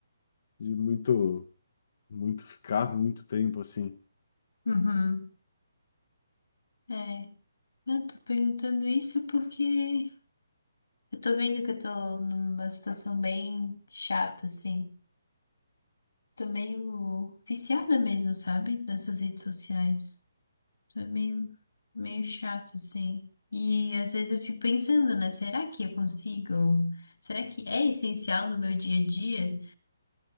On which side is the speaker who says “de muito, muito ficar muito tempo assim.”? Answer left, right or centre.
Left